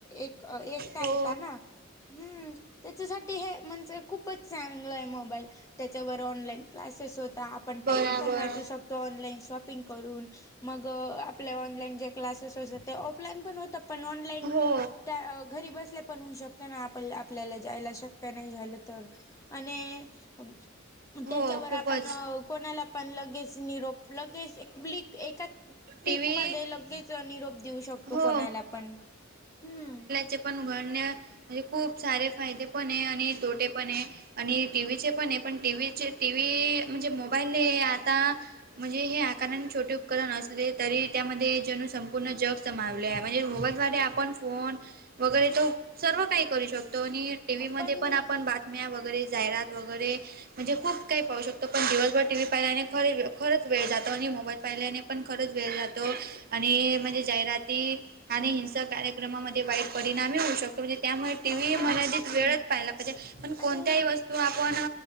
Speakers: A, on the left; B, on the right.
A: एक अ एकटा
B: हो
A: येताना हम्म तेच्यासाठी हे म्हणजे खूपच चांगलयं मोबाईल त्याच्यावर ऑनलाईन क्लासेस होता, आपण
B: बराबर
A: टाइम पण वाचू शकतो, ऑनलाईन शॉपिंग करून मग आपल्या ऑनलाईन जे क्लासेस असतं ते ऑफलाईन पण होतात. आपण ऑनलाईन
B: हो
A: त्या घरी बसल्या पण होऊ शकत ना आपण आपल्याला जायला शक्य नाही झालं तर आणि अम
B: हो
A: त्याच्यावर
B: खूपच
A: आपण कोणाला पण लगेच निरोप लगेच एक क्लिक
B: टी
A: पीक
B: व्ही
A: मध्ये लगेच निरोप देऊ शकतो
B: हो
A: कोणाला पण हम्म
B: चे पण घडणे म्हणजे खूप सारे फायदे पण ये आणि तोटे पण ये आणि टीव्हीचे पण ये पण टीव्हीचे टीव्ही म्हणजे मोबाईलने आता म्हणजे हे आकाराने छोटे उपकरण अस तरी त्यामध्ये जणू संपूर्ण जग समावले आहे म्हणजे मोबाईलद्वारे आपण फोन वगेरे तो सर्व काही करू शकतो आणि टीव्ही मध्ये
A: पण
B: आपण बात बातम्या वगेरे जाहिरात वगेरे म्हणजे खूप काही पाहू शकतो पण दिवसभर टीव्ही पाहिल्याने खरे खरंच वेळ जातो आणि मोबाईल पाहिल्याने पण खरंच वेळ जातो आणि म्हणजे जाहिराती आणि हिंसा कार्यक्रम कार्यक्रमाला वाईट परिणाम होऊ शकतो म्हणजे त्यामुळे टी
A: हा
B: व्ही मर्यादित वेळच पहायला पाहिजे पण
A: आणि
B: कोणत्याही वस्तू तो आपण